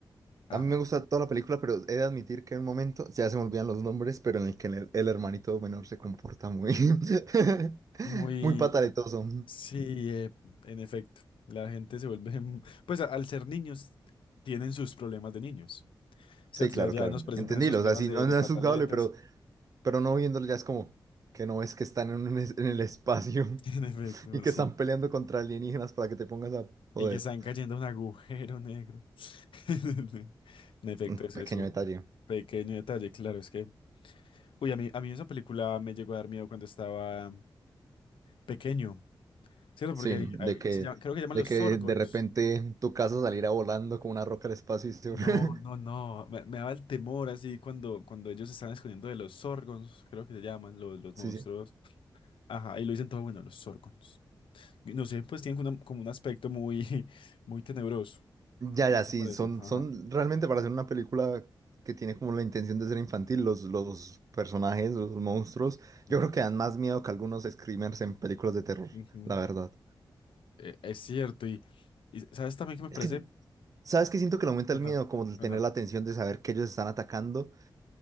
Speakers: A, on the left (about 85°); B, on the right (about 40°).
A: Ajá.
B: a mí me gusta toda la película, pero he de admitir que en un momento, ya se me olvidan los nombres, pero en el que el, el hermanito menor se comporta muy, <laughs>
A: Muy,
B: muy pataletoso.
A: sí, eh, en efecto. La gente se vuelve, <laughs> mm, pues a- al ser niños, tienen sus problemas de niños, ¿cierto?
B: Sí, claro,
A: Ya, ya
B: claro.
A: nos presentan
B: Entendílo.
A: esos problemas
B: O sea, si
A: de,
B: no,
A: de
B: no
A: pataletas.
B: es juzgable, pero, pero no viéndolo ya es como que no ves que están en, un es- en el espacio
A: <laughs> En efecto,
B: <laughs> y que
A: sí.
B: están peleando contra alienígenas para que te pongas a joder.
A: Y que están cayendo a un agujero negro. <laughs> En efecto,
B: Un
A: ese
B: pequeño
A: es un
B: detalle.
A: pequeño detalle, claro, es que... Uy, a mí, a mí esa película me llegó a dar miedo cuando estaba pequeño. ¿Cierto?
B: Sí,
A: Porque hay, hay-
B: de que,
A: se llama- creo que llaman
B: de
A: los
B: que
A: Sorgons.
B: de repente tu casa saliera volando como una roca al espacio y se...
A: No,
B: <laughs>
A: no, no. Me, me daba el temor así cuando, cuando ellos se estaban escondiendo de los Sorgons, creo que se llaman, los, los
B: Sí,
A: monstruos.
B: sí.
A: Ajá, y lo dicen todo, bueno, los Sorgons. Y No sé, pues tienen una- como un aspecto muy, <laughs> muy tenebroso.
B: Ya,
A: ¿No,
B: ya,
A: no
B: sí,
A: te parece?
B: son,
A: Ajá.
B: son realmente para hacer una película que tiene como la intención de ser infantil, los, los personajes, los monstruos,
A: Ujú,
B: yo creo que dan más miedo que algunos screamers en películas de terror,
A: ujú.
B: la verdad.
A: Eh, es cierto, y, y ¿sabes también que me
B: Es
A: parece?
B: que ¿Sabes qué? Siento que le aumenta
A: Cuéntame,
B: el miedo, como el
A: cuéntame.
B: tener la atención de saber que ellos están atacando